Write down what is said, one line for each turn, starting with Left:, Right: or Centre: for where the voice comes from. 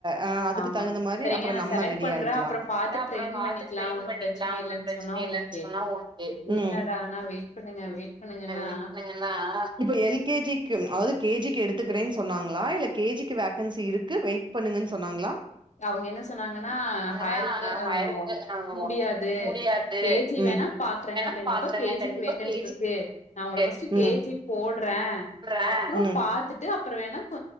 Right: அ அதுக்கு
Left: ஆமா
Right: தகுந்த மாரி
Left: சரிங்க
Right: அப்புறோ
Left: நா
Right: நம்ம
Left: செலக்ட்
Right: ரெடி
Left: பண்றே
Right: ஆயிக்கலா
Left: அப்புறொ
Right: அதா
Left: பாத்து
Right: அப்புறோ
Left: ட்ரெயின்
Right: பாத்து
Left: பண்ணிக்குலா
Right: ட்ரெயின்
Left: ஒன்னு
Right: பண்ணிக்கலா
Left: பிரச்சன
Right: ஒன்னு
Left: இல்லன்னு
Right: பிரச்சன
Left: சொன்னா
Right: இல்லன்னு
Left: ஓகே
Right: சொன்னா ஓகே
Left: இது
Right: ம்
Left: என்னடா னா வெயிட் பண்ணுங்க வெயிட் பண்ணுங்கன்னா
Right: வெயிட் பண்ணீங்கன்னா இப்ப எல்கேஜிக்கு அதாது கேஜிக்கு எடுத்துக்கறேன் சொன்னாங்களா இல்ல கேஜிக்கு வேகன்சி இருக்கு வெயிட் பண்ணுங்கன்னு சொன்னாங்களா
Left: அவங்க என்ன சொன்னாங்கன்னா
Right: ஆனா
Left: ஹையர்கு ஆ
Right: ஹயருக்கு
Left: முடியாது
Right: முடியாது
Left: கேஜி
Right: ம்
Left: வேணா பாக்குறேங்க
Right: வேணா
Left: கண்டிப்பா
Right: பாக்குறேங்க
Left: கேஜிக்கு
Right: கண்டிப்பா
Left: வேக்கண்
Right: கே
Left: இருக்
Right: ஜி
Left: கு நா உங்கள
Right: க்கு
Left: ஃபஸ்ட்டு கேஜி போடுறே
Right: போட்றே
Left: அப்புறோ பாத்துட்டு அப்புறோ வேணா